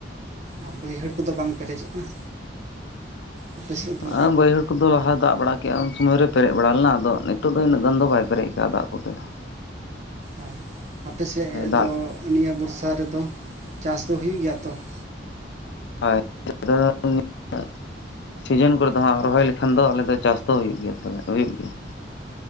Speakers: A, on the right; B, on the left.
A: ᱟᱨ ᱵᱟᱹᱭᱦᱟᱹᱲ ᱠᱚᱫᱚ ᱵᱟᱝ ᱯᱮᱨᱮᱡᱚᱜ ᱠᱟᱱᱟ? ᱟᱯᱮ ᱥᱮᱫ ᱫᱚ
B: <unintelligible> ᱵᱟᱹᱭᱦᱟᱹᱲ ᱠᱚᱫᱚ ᱞᱟᱦᱟᱭ ᱫᱟᱜ ᱵᱟᱲᱟ ᱠᱮᱜ-ᱟ ᱩᱱ ᱥᱚᱢᱚᱭ ᱨᱮ ᱯᱮᱨᱮᱡ ᱵᱟᱲᱟ ᱞᱮᱱᱟ ᱟᱫᱚ ᱱᱤᱛᱚᱜ ᱫᱚ ᱤᱱᱟᱹᱜ ᱜᱟᱱ ᱫᱚ ᱵᱟᱭ ᱯᱮᱨᱮᱡ ᱠᱟᱜ-ᱟ ᱫᱟᱜ ᱠᱚᱛᱮ ᱫᱚ᱾
A: ᱚ ᱟᱯᱮ ᱥᱮᱫ
B: ᱫᱟᱜ
A: ᱫᱚ ᱱᱤᱭᱟᱹ ᱵᱚᱨᱥᱟ ᱨᱮᱫᱚ ᱪᱟᱥ ᱫᱚ ᱦᱩᱭᱩᱜ ᱜᱮᱭᱟ ᱛᱚ ᱾
B: <unintelligible> ᱥᱤᱡᱤᱱ ᱠᱚᱨᱮ ᱫᱚ ᱦᱟᱸᱜ ᱨᱚᱦᱚᱭ ᱞᱮᱠᱷᱟᱱ ᱫᱚ ᱟᱞᱮ ᱫᱚ ᱪᱟᱥ ᱫᱚ ᱦᱩᱭᱩᱜ ᱜᱮᱭᱟ ᱦᱩᱭᱩᱜ ᱜᱮᱭᱟ᱾